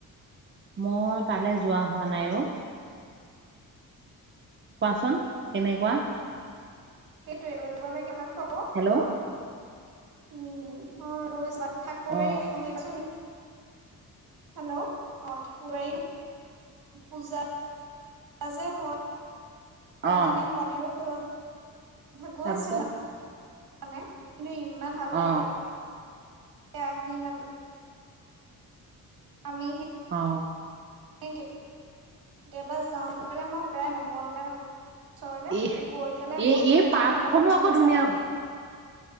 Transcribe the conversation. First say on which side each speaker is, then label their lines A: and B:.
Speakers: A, on the right (about 30°); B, on the right (about 80°).
A: মই তালৈ যোৱা হোৱা নাই ঐ কোৱাচোন কেনেকুৱা
B: সেইটোৱে লৈ যাব লাগে ভাল পাব
A: হেল্ল'
B: ন উম অ ৰজ ঠাকাৰী
A: অ
B: আহিবাচোন নেকি হেল্ল' অ ঠাকুৱাৰী পূজা যে হয় তাত
A: অ
B: এনে মন্দিৰো কিবা ভগৱছেে
A: তাৰপিছত
B: মান মাননে কিন্তু ইমান ভাল লাগে
A: অ
B: য়া আহি মান আমি
A: অ
B: কেতিয়াবা যাওঁলে মই প্ৰায় মঙল ওচৰলে
A: এই
B: গৈ পেলাই
A: এই
B: বহি
A: এই
B: থাকো
A: পাৰ্কখনো
B: হনুমান চালিচা
A: আকৌ ধুনীয়া
B: বহি